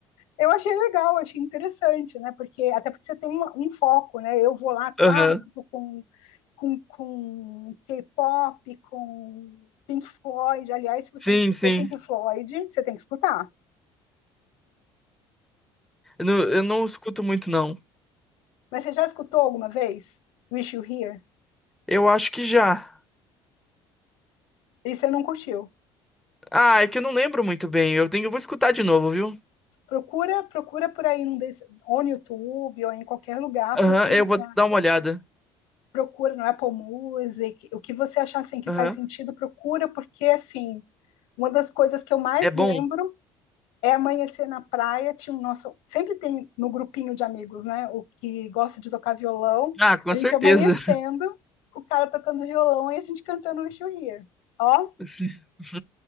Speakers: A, on the left (about 80°); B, in the centre.
A: Eu achei legal, achei interessante, né? Porque até porque você tem uma- um foco, né? Eu vou lá clássico
B: Aham.
A: com com, com K-pop, com Pink Floyd. Aliás, se você
B: Sim,
A: não escutou
B: sim.
A: Pink Floyd, você tem que escutar.
B: Eu não, eu não escuto muito, não.
A: Mas você já escutou alguma vez Wish You Here?
B: Eu acho que já.
A: E você não curtiu?
B: Ah, é que eu não lembro muito bem. Eu tenho, eu vou escutar de novo, viu?
A: Procura, procura por aí num desse, ou no YouTube ou em qualquer lugar,
B: Aham,
A: procura,
B: eu
A: assim,
B: vou
A: ah,
B: dar uma olhada.
A: procura no Apple Music, o que você achar assim que
B: Aham.
A: faz sentido, procura porque assim, uma das coisas que eu mais
B: É bom?
A: lembro é amanhecer na praia, tinha um nosso, sempre tem no grupinho de amigos, né, o que gosta de tocar violão,
B: Ah, com
A: a gente
B: certeza.
A: amanhecendo, o cara tocando violão e a gente cantando um Wish You Here. Ó,
B: <laughs> Sim. <laughs>